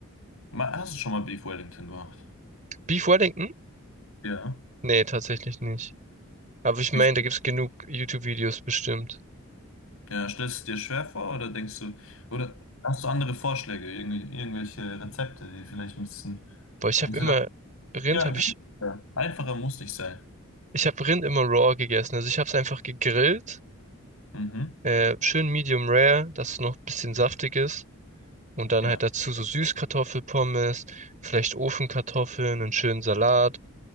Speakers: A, on the left; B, on the right.
A: Ma- Hast du schon mal Beef Wellington gemacht?
B: Beef Wellington?
A: Ja.
B: Nee, tatsächlich nicht. Aber ich meine,
A: Wie, sch-
B: da gibt's genug YouTube-Videos bestimmt.
A: ja, stellst du es dir schwer vor oder denkst du, oder hast du andere Vorschläge, irgendwie, irgendwelche Rezepte, die vielleicht ein bisschen
B: Boah, ich
A: entweder
B: habe immer Rind
A: ja,
B: habe
A: günstiger,
B: ich
A: einfacher muss nicht sein.
B: ich habe Rind immer raw gegessen. Also ich habe es einfach gegrillt,
A: Mhm.
B: äh, schön medium rare, dass es noch ein bisschen saftig ist und dann
A: Ja.
B: halt dazu so Süßkartoffelpommes, vielleicht Ofenkartoffeln, einen schönen Salat,